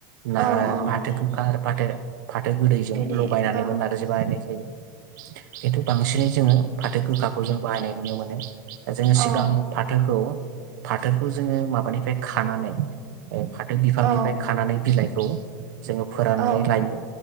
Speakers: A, on the right (about 65°); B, on the right (about 25°).
A: ना
B: औ औ
A: फाथो गोखा आरो फाथो फाथो गोदैजों
B: गोदै
A: लगायनानै
B: औ
A: नारजि बाहायनाय जायो। खिन्थु बांसिनै जोङो फाथो गोखाखौ जों बाहायनाय नुनो मोनो। जोङो सिगां
B: औ
A: फाथोखौ फाथोखौ जोङो माबानिफ्राय खानानै उम फाथो बिफांनिफ्राय
B: औ
A: खानानै बिलाइ <unintelligible> जोङो फोराननानै
B: औ
A: लायो।